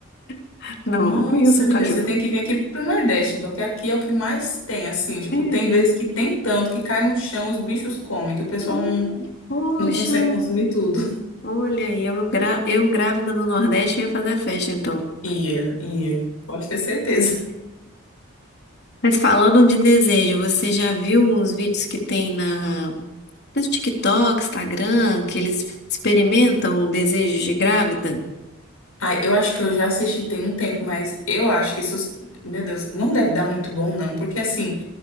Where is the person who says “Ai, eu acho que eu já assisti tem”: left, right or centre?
Left